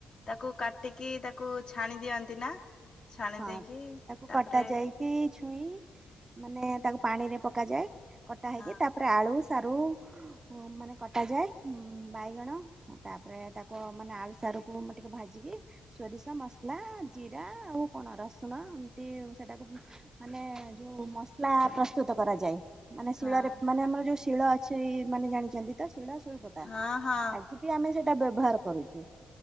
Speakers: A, on the left (about 45°); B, on the right (about 25°).
A: ତାକୁ କାଟିକି, ତାକୁ ଛାଣି ଦିଅନ୍ତି ନା? ଛାଣି
B: ହଁ,
A: ଦେଇକି
B: ତାକୁ
A: ତାପରେ
B: କଟା ଯାଇକି ଛୁଇଁ ମାନେ ତାକୁ ପାଣିରେ ପକାଯାଏ। କଟା ହେଇକି,
A: ହଁ
B: ତାପରେ ଆଳୁ ସାରୁ, ମାନେ କଟାଯାଏ, ବାଇଗଣ ତା ତାପରେ, ତାକୁ ମାନେ ଆଳୁ ସାରକୁ ଟିକେ ଭାଜିକି, ସୋରିଷ ମସଲା ଜିରା ଆଉ କଣ ରସୁଣ, ଏମତି ସେଟାକୁ ମାନେ, ଯୋଉ ମସଲା ପ୍ରସ୍ତୁତ କରାଯାଏ। ମାନେ ଶିଳରେ,
A: ହଁ
B: ମାନେ ଆମର ଯୋଉ ଶିଳ ଅଛି। ମାନେ ଜାଣିଛନ୍ତି। ଶିଳ, ଶିଳୁପତା
A: ହଁ ହଁ
B: ଆଜି ବି ଆମେ ସେଇଟା ବ୍ୟବହାର କରୁଛୁ।